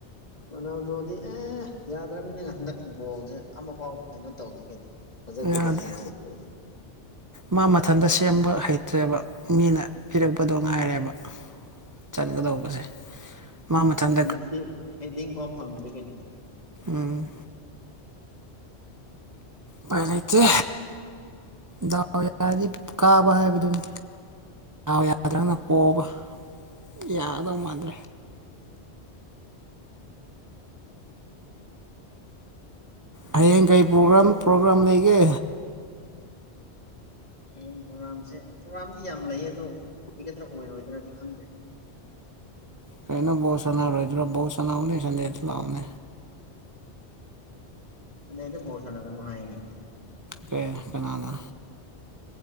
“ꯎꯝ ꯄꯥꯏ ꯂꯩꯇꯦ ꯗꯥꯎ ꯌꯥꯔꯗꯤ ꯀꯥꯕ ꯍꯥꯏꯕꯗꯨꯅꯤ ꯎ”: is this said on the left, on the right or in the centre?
Right